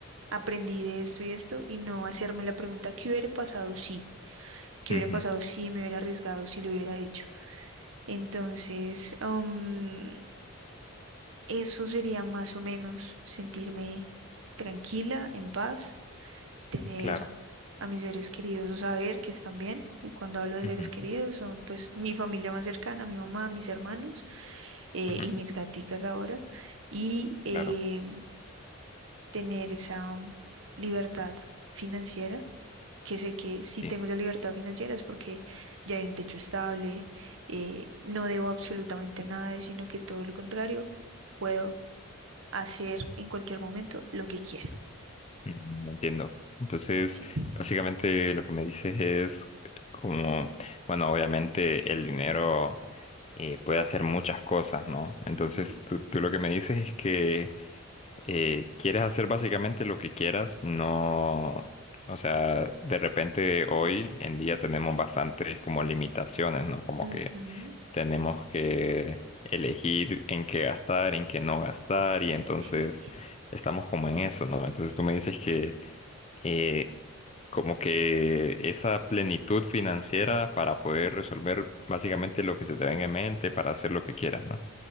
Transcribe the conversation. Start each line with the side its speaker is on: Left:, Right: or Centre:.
Right: aprendí de esto y esto y no hacerme la pregunta, ¿qué hubiera pasado si? ¿Qué
Left: ujú,
Right: hubiera pasado si me hubiera arriesgado, si lo hubiera hecho? Entonces, um, eso sería más o menos sentirme tranquila, en paz, tener
Left: claro.
Right: a mis seres queridos o saber que están bien. Y cuando hablo de
Left: ujú,
Right: seres queridos, son pues mi familia más cercana, mi mamá, mis hermanos eh,
Left: ujú,
Right: y mis gaticas ahora y eh,
Left: claro.
Right: tener esa libertad financiera, que sé que si
Left: Sí.
Right: tengo esa libertad financiera es porque ya hay un techo estable, eh, no debo absolutamente nada, sino que todo lo contrario, puedo hacer en cualquier momento lo que quiera.
Left: Mm, Entiendo. Entonces,
Right: Sí.
Left: básicamente lo que me dices es como, bueno, obviamente el dinero eh, puede hacer muchas cosas, ¿no? Entonces,
Right: Ujú,
Left: tú, tú lo que me dices es que eh, quieres hacer básicamente lo que quieras, no, o sea, de repente hoy en día tenemos bastantes como limitaciones, ¿no? Como
Right: ujú,
Left: que tenemos que elegir en qué gastar, en qué no gastar, y entonces
Right: sí.
Left: estamos como en eso, ¿no? Entonces tú me dices que eh, como que esa plenitud financiera para poder resolver básicamente lo que se te venga en mente, para hacer lo que quieras, ¿no?